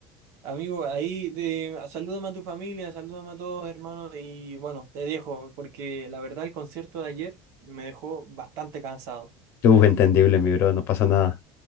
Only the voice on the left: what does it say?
Uf, entendible, mi bro, no pasa nada.